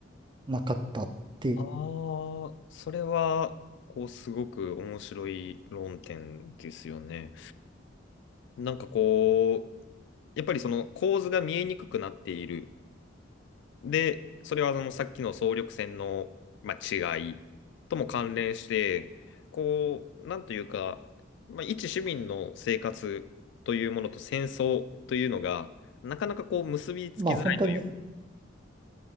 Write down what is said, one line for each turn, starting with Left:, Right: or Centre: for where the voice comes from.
Right: なかったっていう、
Left: ああ、それは、こう、すごく面白い論点ですよね。なんかこう、やっぱりその構図が見えにくくなっている。で、それはそのさっきの総力戦の、まあ、違いとも関連して、こう、なんというか、まあ、一市民の生活というものと戦争というのが、なかなかこう結びつきづらいという、
Right: まあ、本当に、